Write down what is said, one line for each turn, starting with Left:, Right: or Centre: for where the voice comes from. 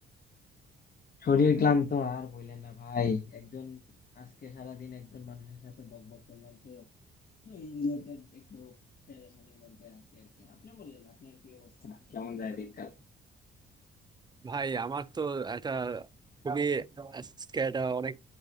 Left: শরীর ক্লান্ত আর বললেন না ভাই একজন আজকে সারাদিন একজন মানুষের সাথে বক বক করলাম তো তো এই রিলেটেড একটু পেরেশানির মধ্যে আছি আর কি আপনি বলেন আপনার কি অবস্থা কেমন যায় দিনকাল
Right: ভাই আমার তো একটা খুবই আজকে একটা অনেক